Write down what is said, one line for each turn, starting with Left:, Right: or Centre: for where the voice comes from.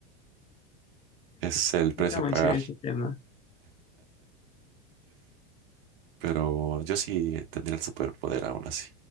Right: Ese es el precio
Left: Está muy
Right: a pagar.
Left: chido este tema.
Right: Pero yo sí tendría el superpoder aún así.